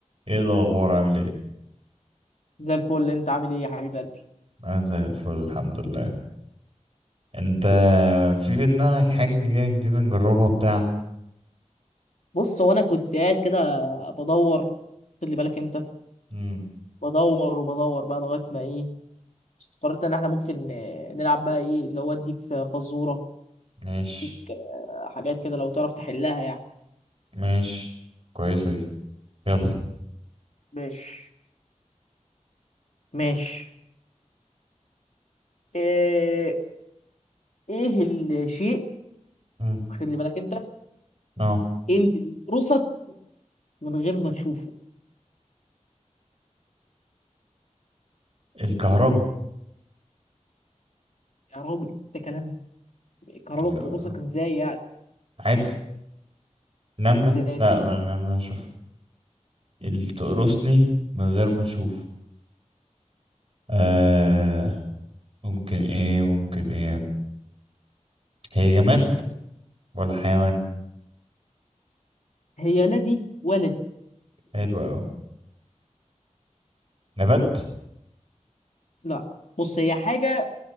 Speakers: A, on the right; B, on the left.
A: ايه الاخبار عامل ايه
B: زي الفل انت عامل ايه يا حبيب قلبي
A: انا زي الفل الحمد لله انت في في دماغك حاجه جديده نجربها بتاع
B: بص هو انا كنت قاعد كده بدور خلي بالك انت
A: امم
B: بدور وبدور بقى لغايه ما ايه استقريت ان احنا ممكن آه، نلعب بقى ايه اللي هو اديك فزوره
A: ماشي
B: اديك آه، حاجات كده لو تعرف تحلها يعني
A: ماشي كويسه دي يلا
B: ماشي ماشي ايه ايه الشيء
A: امم
B: خلي بالك انت
A: اه
B: ايه اللي بيقرصك من غير ما تشوفه
A: الكهرباء
B: يا راجل ده كلام الكهرباء
A: يا.
B: بتقرصك ازاي يعني
A: عادي نمله
B: ازاي
A: لا
B: طيب
A: نمله اشوف اللي تقرصني من غير ما اشوف آه ممكن ايه ممكن ايه هي جماد ولا حيوان
B: هي لا دي ولا دي
A: حلو اوي نبات
B: لا بص هي حاجه